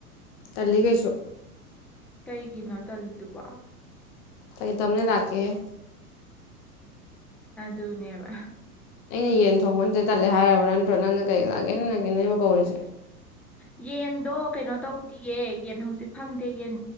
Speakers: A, on the left; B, in the centre.
A: ꯇꯜꯂꯤ ꯀꯩꯁꯨ
B: ꯀꯩꯒꯤꯅꯣ ꯇꯜꯂꯤꯗꯨꯕ
A: ꯇꯗꯒꯤꯦ ꯇꯝꯅꯦ ꯂꯥꯛ ꯀꯩ
B: ꯑꯗꯨ ꯑꯗꯨꯅꯦꯕ
A: ꯑꯩꯅ ꯌꯦꯟ ꯊꯣꯡꯕ ꯅꯠꯇ꯭ꯔ ꯇꯠꯂꯦ ꯍꯥꯏꯔꯕ꯭ꯔ ꯅꯠꯇ꯭ꯔꯣ ꯅꯪꯅ ꯀꯩ ꯂꯥꯛꯒꯦꯅ ꯅꯪꯒꯦ ꯅꯕꯨ ꯀꯧꯔꯤꯁꯦ
B: ꯎ ꯌꯦꯟꯗꯣ ꯀꯩꯅꯣ ꯇꯧꯗꯌꯦ ꯌꯦꯟ ꯍꯧꯖꯤꯛ ꯐꯪꯗꯦ ꯌꯦꯟ